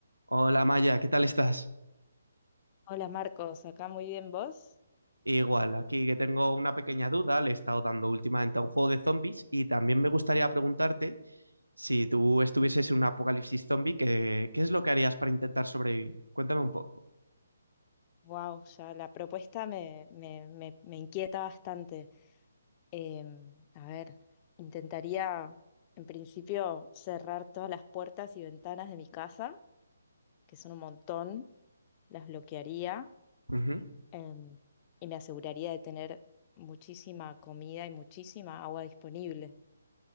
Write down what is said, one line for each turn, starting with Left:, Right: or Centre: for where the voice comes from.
Right: Hola Maya, ¿qué tal estás?
Left: Hola Marcos, acá muy bien vos.
Right: Igual, aquí que tengo una pequeña duda, le he estado dando últimamente a un juego de zombies y también me gustaría preguntarte si tú estuvieses en un apocalipsis zombie, ¿qué, qué es lo que harías para intentar sobrevivir? Cuéntame un poco.
Left: Wow, ya la propuesta me, me, me- me inquieta bastante. Em, a ver, intentaría en principio cerrar todas las puertas y ventanas de mi casa, que son un montón, las bloquearía
Right: Ujú,
Left: em, y me aseguraría de tener muchísima comida y muchísima agua disponible.